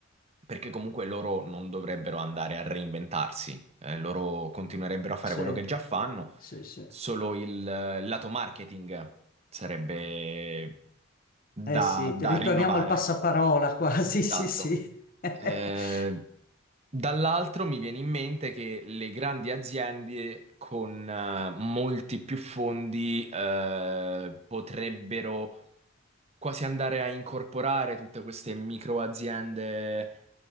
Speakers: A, on the right; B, on the left.
A: perché comunque loro non dovrebbero andare a reinventarsi, eh, loro continuerebbero a fare
B: Sì,
A: quello che già fanno,
B: sì, sì.
A: solo il eh, lato marketing sarebbe da,
B: Eh sì,
A: da
B: ritorniamo
A: rinnovare.
B: al passaparola quasi,
A: Esatto.
B: <laughs> sì, sì.
A: Eh,
B: <laughs>
A: dall'altro mi viene in mente che le grandi aziende con eh, molti più fondi eh, potrebbero quasi andare a incorporare tutte queste micro aziende